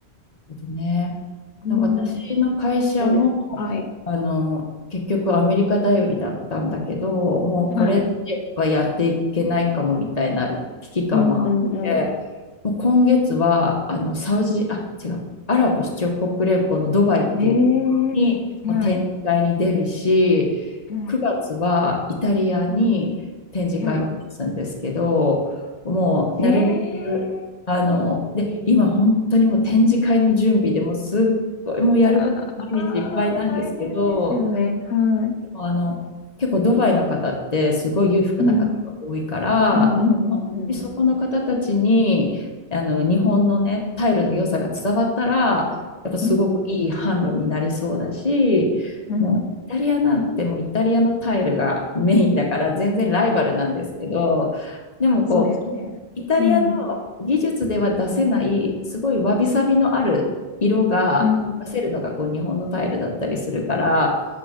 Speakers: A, on the left; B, on the left.
A: ほどね。
B: うん。
A: 私の会社も、
B: どうですかはい。
A: あの、結局アメリカ頼りだったんだけど、もうこれはやっていけないかもみたいな危機感もあって、
B: はい。うんうんう
A: もう今月は、あの、サウジ、あ、違う、アラブ首長国連邦のドバイっていうところにもう展示会に出るし、
B: ん。ええはい。は
A: 9月はイタリアに展示会を出すんですけど、
B: い。はい。
A: もうなるべく、
B: ええ
A: あの、で、今本当にもう展示会の準備でもうすっごいもうやること毎日いっぱいなんですけど、
B: ああー、大変ですよね。はい。
A: でもあの、結構ドバイの方ってすごい裕福な方が多いから、
B: うん。うんうんうんうん。
A: でそこの方たちにあの日本のね、タイルの良さが伝わったら、やっぱすごくいい販路になりそうだし、
B: うん。うん。
A: もうイタリアなんてもうイタリアのタイルがメインだから全然ライバルなんですけど、でもこう
B: そうですね。
A: イタリアの
B: うん。
A: 技術では出せない、すごいわびさびのある色が出せるのがこう日本のタイルだったりするから、
B: うん。